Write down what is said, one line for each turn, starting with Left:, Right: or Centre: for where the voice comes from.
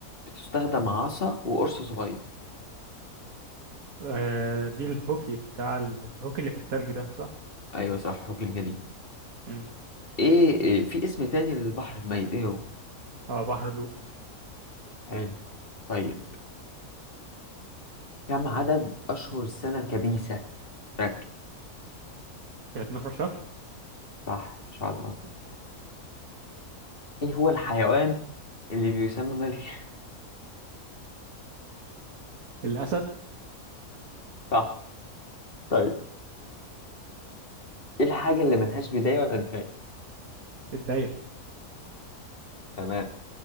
Left: بتستخدم عصا وقرص صغير
Right: آه، دي الهوكي بتاع ال- الهوكي اللي في التلج ده صح؟
Left: أيوة صح حوك الجليد
Right: مم.
Left: إيه, إيه في اسم تاني للبحر الميت إيه هو؟
Right: اه بحر لوط
Left: حلو طيب كم عدد أشهر السنة الكبيسة؟ ركز
Right: 12 شهر
Left: صح إن شاء الله
Right: ماشي.
Left: إيه هو الحيوان اللي بيسمى ملك؟ <laughs>
Right: الأسد
Left: صح طيب إيه الحاجة اللي ملهاش بداية ولا نهاية؟
Right: الدايرة
Left: تمام